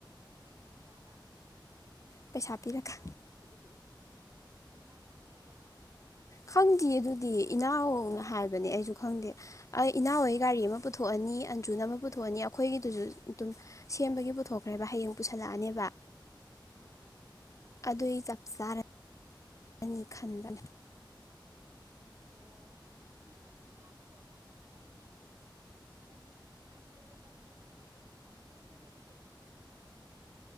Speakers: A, on the right; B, on the left.
A: ꯄꯨꯖꯤ ꯌꯥꯕ
B: ꯄꯩꯁꯥ ꯄꯤꯔꯒ
A: ꯄꯩꯁꯥ ꯀꯌꯥꯝ ꯄꯤꯔꯒ
B: ꯈꯪꯗꯦ ꯑꯗꯨꯗꯤ ꯏꯅꯥꯎꯅ ꯍꯥꯏꯕꯅꯦ ꯑꯩꯁꯨ ꯈꯪꯗꯦ ꯑꯩ ꯏꯅꯥꯎ ꯍꯣꯏ
A: ꯑꯣ
B: ꯒꯥꯔꯤ ꯑꯃ ꯄꯨꯊꯣꯛꯑꯅꯤ ꯑꯟꯖꯨꯅ ꯑꯃ ꯄꯨꯊꯣꯛꯑꯅꯤ ꯑꯩꯈꯣꯏꯒꯤꯗꯨꯁꯨ ꯑꯗꯨꯝ ꯁꯦꯝꯕꯒꯤ ꯄꯨꯊꯣꯛꯈ꯭ꯔꯦꯕ ꯍꯌꯦꯡ ꯄꯨꯁꯜꯂꯛꯑꯅꯦꯕ
A: ꯑꯥ
B: ꯑꯗꯨꯏ ꯆꯞ ꯆꯥꯔꯅꯤ ꯑꯅꯤ ꯈꯟꯕꯅ
A: ꯑꯣ ꯅꯪ ꯑꯗꯨꯝ ꯀꯥꯞꯄꯨꯔꯣꯗ ꯑꯩꯗꯤ ꯑꯩꯗꯤ ꯇꯜꯂꯦꯕ ꯂꯝꯗꯣ ꯑꯣꯏꯅ ꯗꯥꯏꯔꯦꯛ ꯑꯃꯨꯛꯇꯪ ꯆꯠꯂꯒ ꯌꯧꯕꯤ ꯑꯣꯏꯗꯤ ꯐꯕ ꯅꯣꯏꯗꯨꯗꯤ